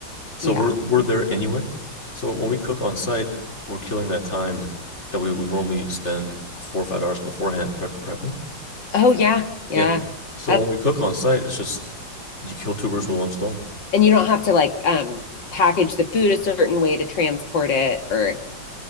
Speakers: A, on the left; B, on the left.
A: So
B: yeah.
A: we're we're there anyway. So when we cook on site, we're killing that time that we would normally spend four or five hours beforehand prep prepping.
B: Oh yeah, yeah.
A: Yeah. So
B: That's
A: when we cook on site, it's just you kill two birds with one stone.
B: and you don't have to like um package the food a certain way to transport it or